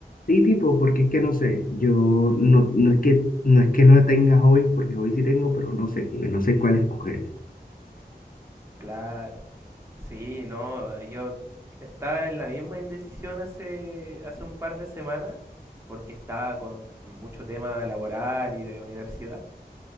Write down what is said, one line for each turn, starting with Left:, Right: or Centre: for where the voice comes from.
Left: Sí, tipo, porque es que no sé, yo no, no es que no es que no tenga hobbies, porque hobbies sí tengo, pero no sé, como que no sé cuál escoger.
Right: Claro. Sí, no, ah, yo estaba en la misma indecisión hace hace un par de semanas porque estaba con mucho tema laboral y de universidad